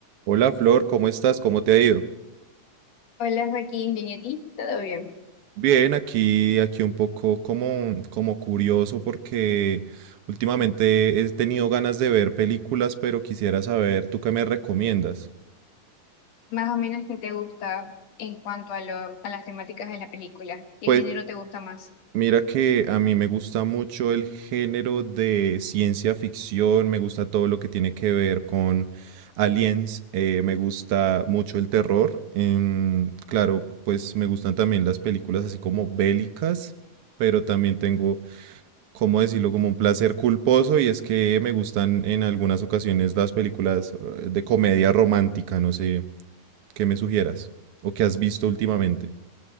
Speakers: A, on the right; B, on the left.
A: Hola Flor, ¿cómo estás? ¿Cómo te ha ido?
B: Hola Joaquín, bien, ¿y a ti? ¿Todo bien?
A: Bien, aquí, aquí un poco como, como curioso porque últimamente he tenido ganas de ver películas, pero quisiera saber, ¿tú qué me recomiendas?
B: Más o menos, ¿qué te gusta en cuanto a, lo, a las temáticas de la película? ¿Qué
A: Pues
B: género te gusta más?
A: mira que a mí me gusta mucho el género de ciencia ficción, me gusta todo lo que tiene que ver con aliens, eh, me gusta mucho el terror, em, claro, pues me gustan también las películas así como bélicas, pero también tengo ¿cómo decirlo? Como un placer culposo y es que me gustan en algunas ocasiones las películas eh, de comedia romántica, no sé, ¿qué me sugieras? ¿O qué has visto últimamente?